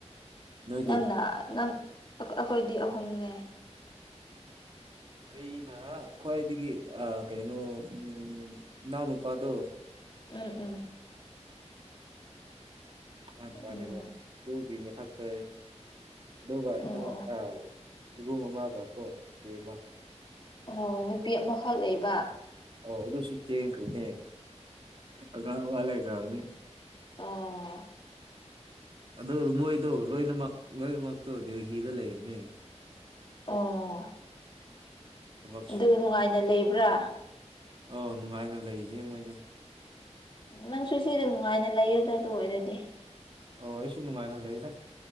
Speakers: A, on the right; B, on the left.
A: ꯅꯣꯏꯗꯤ
B: ꯅꯪꯅ ꯅꯪ ꯑꯩꯈꯣꯏꯗꯤ ꯑꯍꯨꯝꯅꯦ
A: ꯑꯩꯅ ꯈ꯭ꯋꯥꯏꯗꯒꯤ ꯑꯥ ꯀꯩꯅꯣ ꯎꯝ ꯏꯅꯥꯎ ꯅꯨꯄꯥꯗꯣ
B: ꯎꯝ ꯎꯝ
A: ꯒ꯭ꯌꯥꯟ ꯇꯥꯗꯦꯕ
B: ꯎꯝ
A: ꯑꯗꯨꯒꯤ ꯃꯊꯛꯇ ꯑꯗꯨꯒ
B: ꯑꯣ
A: ꯏꯅꯥꯎ
B: ꯑꯣ
A: ꯑꯥꯏ ꯏꯕꯨꯡ ꯑꯃꯒꯀꯣ ꯆꯦꯆꯦ ꯑꯃ
B: ꯑꯣ ꯅꯨꯄꯤ ꯑꯃꯈꯛ ꯂꯩꯕ
A: ꯑꯣ ꯑꯗꯨꯁꯨꯨ ꯆꯦꯟꯈ꯭ꯔꯦꯅꯦ ꯑꯉꯥꯡ ꯑꯃ ꯂꯩꯈ꯭ꯔꯕꯅꯤ
B: ꯑꯥ
A: ꯑꯗꯨ ꯃꯣꯏꯗꯣ ꯂꯣꯏꯅꯃꯛ ꯂꯣꯏꯅꯃꯛꯇꯣ ꯗꯦꯜꯍꯤꯗ ꯂꯩꯕꯅꯦ
B: ꯑꯣ
A: ꯊꯕꯛ
B: ꯑꯗꯨ ꯅꯨꯡꯉꯥꯏꯅ ꯂꯩꯕ꯭ꯔꯥ
A: ꯑꯣ ꯅꯨꯡꯉꯥꯏꯅ ꯂꯩꯔꯦ ꯃꯣꯏꯗꯤ
B: ꯅꯪꯁꯨ ꯁꯤꯗ ꯅꯨꯡꯉꯥꯏꯅ ꯂꯩꯌꯨꯗ ꯑꯗꯨ ꯑꯣꯏꯔꯗꯤ
A: ꯑꯣ ꯑꯩꯁꯨ ꯅꯨꯡꯉꯥꯏꯅ ꯂꯩꯗ